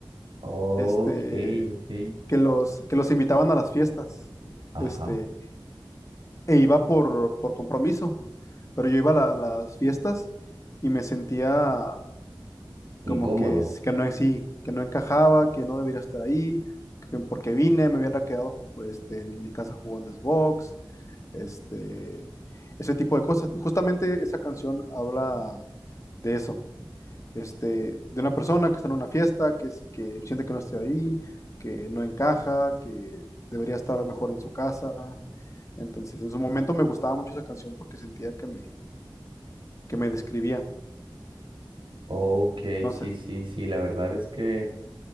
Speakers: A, on the right; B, on the left.
A: ok,
B: este,
A: ok.
B: que los, que los invitaban a las fiestas,
A: Ajá.
B: este, e iba por, por compromiso, pero yo iba a la- a las fiestas y me sentía como
A: Incómodo.
B: que, es- que no es sí, que no encajaba, que no debería estar ahí, que porque vine, me hubiera quedado este, en mi casa jugando Xbox, este, ese tipo de cosas. Y justamente esa canción habla de eso, este, de una persona que está en una fiesta, que, es- que siente que no está ahí, que no encaja, que debería estar mejor en su casa. Entonces, en su momento me gustaba mucho esa canción porque sentía que me, que me describía.
A: Ok,
B: No
A: sí,
B: sé,
A: sí, sí, la verdad es que...